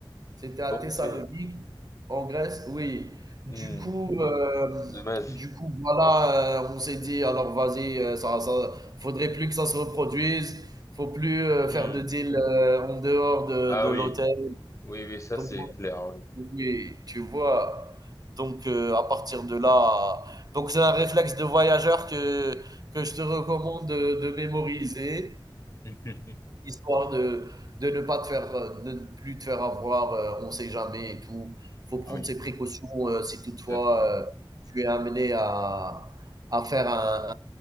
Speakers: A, on the right (about 45°); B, on the left (about 35°).
A: C'était à
B: Ok.
A: Thessalonique, en Grèce, oui. Du
B: Hmm.
A: coup, euh,
B: Dommage.
A: du coup, voilà, euh, on s'est dit, alors vas-y, euh, ça, ça, faudrait plus que ça se reproduise, faut plus euh, faire
B: Hmm.
A: de deal euh, en dehors de,
B: Ah
A: de
B: oui.
A: l'hôtel.
B: Oui, oui, ça
A: Donc,
B: c'est clair, oui.
A: oui, tu vois. Donc, euh, à partir de là, donc c'est un réflexe de voyageur que, que je te recommande de, de mémoriser.
B: <laughs>
A: Histoire de de ne pas te faire, heu, de ne plus te faire avoir, heu, on sait jamais et tout. Faut prendre
B: Mhm. Oui,
A: ses précautions, heu, si toutefois,
B: exactement.
A: heu, tu es amené à à faire un